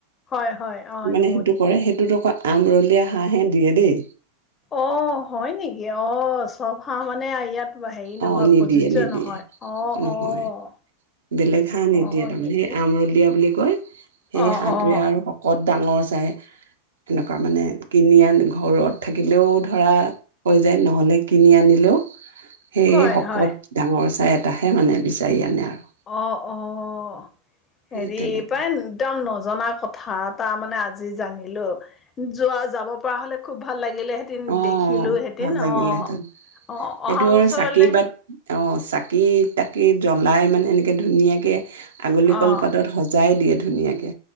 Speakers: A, on the left; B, on the right.
A: হয় হয় অ
B: মানে
A: নুৱনি,
B: সেইটো কৰে সেইটোত আকৌ আমৰলীয়া হাঁহহে দিয়ে দেই,
A: অ' হয় নেকি অ চব হাহঁ মানে ইয়াত, হেৰি নহয়
B: অ নিদিয়ে
A: প্ৰযোজ্য়
B: নিদিয়ে
A: নহয় অ
B: নহয়
A: অ'
B: বেলেগ হাঁহ নিদিয়ে
A: অ' হয়
B: তাৰমানে
A: নেকি?
B: সেই আমৰলীয়া বুলি কয় সেই
A: অ'
B: হাঁহটোৱে
A: অ'
B: আৰু শকত ডাঙৰ চাই এনেকুৱা মানে কিনি আনি ঘৰত থাকিলেও ধৰা হৈ যায় নহ'লে কিনি আনিলেও সেয়ে
A: হয়
B: শকত
A: হয়
B: ডাঙৰ চাই এটাহে মানে বিচাৰি আনে আৰু।
A: অ', অ'।
B: সেই
A: হেৰি
B: তেনেকুৱা
A: এই পায় একদম নজনা কথা এটা মানে আজি জানিলোঁ যোৱা যাব পৰা হ'লে খুব ভাল লাগিল লাগিলে হেতেঁন
B: অ
A: দেখিলো হেতেঁন
B: ভাল লাগিলেহেঁতেন
A: অ', আহ,
B: সেইটো
A: অহা বছৰলে
B: চাকি বাট অ চাকি তাকি জ্বলাই মানে এনেকে ধুনীয়াকে আগুলি
A: অ',
B: কলপাতত সজাই দিয়ে। ধুনীয়াকে।